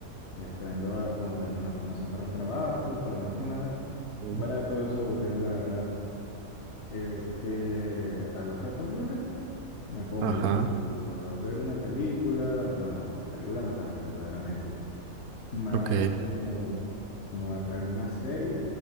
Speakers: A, on the left; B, on the right.
A: estando a- como que en una formación para un trabajo, pero más que nada,
B: Sí.
A: fuera de todo eso aburrido, la verdad, es que a los ratos libres me pongo
B: Ajá,
A: o a ver una película, aunque bueno, no, película no tanto, verdaderamente, más
B: ok,
A: como, como a- alguna serie,